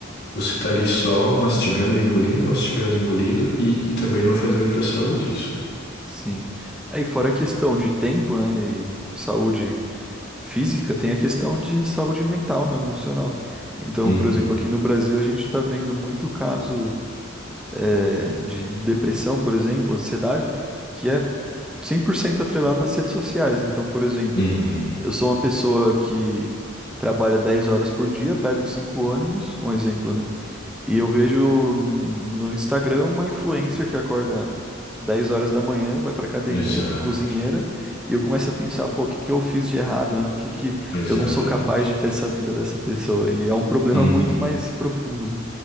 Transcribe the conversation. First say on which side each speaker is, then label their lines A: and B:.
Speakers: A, on the left (about 50°); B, in the centre.
A: Você tá ali só mastigando, engolindo, mastigando, engolido, e, e também não faz bem pra saúde isso, né?
B: Sim. Aí, fora a questão de tempo, né, e saúde física, tem a questão de saúde mental, né, emocional. Então,
A: Uhum,
B: por exemplo, aqui no Brasil a gente está vendo muito caso é, de depressão, por exemplo, ansiedade, que é 100% atrelado às redes sociais. Então, por exemplo,
A: uhum,
B: eu sou uma pessoa que trabalha 10 horas por dia, pego cinco ônibus, um exemplo, né? E eu vejo no Instagram uma influencer que acorda 10 horas da manhã, vai pra academia,
A: exato,
B: tem cozinheira, e eu começo a pensar, pô, o que que eu fiz de errado, né? Por que que
A: exatamente.
B: eu não sou capaz de ter essa vida dessa pessoa? E é um problema
A: Uhum.
B: muito mais profundo, né?